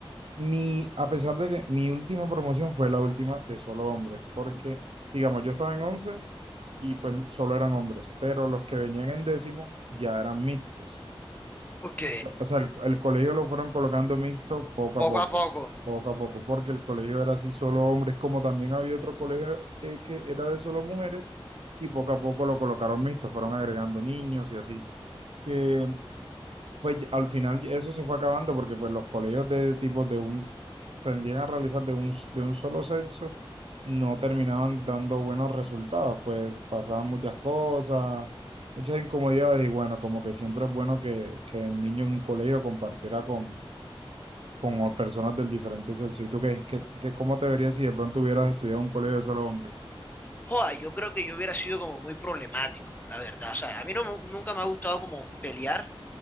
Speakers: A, on the right; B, on the left.
A: Mi, a pesar de que mi última promoción fue la última de solo hombres, porque, digamos, yo estaba en 11 y pues solo eran hombres, pero los que venían en décimo ya eran mixtos.
B: ok,
A: O sea, el, el colegio lo fueron colocando mixto poco
B: poco
A: a poco,
B: a poco.
A: poco a poco, porque el colegio era así solo hombres, como también había otro colegio que, que era de solo mujeres, y poco a poco lo colocaron mixto, fueron agregando niños y así, que pues al final eso se fue acabando porque pues los colegios de tipos de un tendían a realizar de un, de un solo sexo no terminaban dando buenos resultados, pues pasaban muchas cosas, muchas incomodidades y bueno, como que siempre es bueno que, que el niño en un colegio compartiera con, con o- personas del diferente sexo. ¿Y tú qué, qué, qué- cómo te verías si de pronto hubieras estudiado en un colegio de solo hombres?
B: Joda, yo creo que yo hubiera sido como muy problemático, la verdad. O sea, a mí no, me- nunca me ha gustado como pelear,